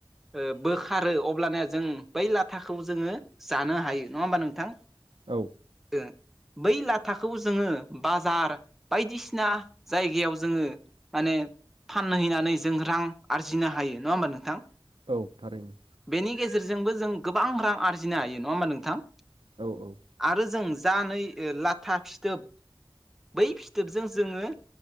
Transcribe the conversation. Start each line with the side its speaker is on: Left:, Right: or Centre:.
Centre: ओ बोखारो अब्लाना जों बै लाथाखौ जोङो जानो हायो नङा होमबा नोंथां।
Right: औ
Centre: जों बै लाथाखौ जोङो बाजार बायदिसिना जायगायाव जोङो माने फानहैनानै जों रां आरजिनो हायो नङा होमबा नोंथां
Right: औ थारैनो
Centre: बेनि गेजेरजोंबो जों गोबां रां आरजिनो हायो नङा होमबा नोंथां
Right: औ औ
Centre: आरो जों जा नै लाथा फिथोब बै फिथोबजों जोङो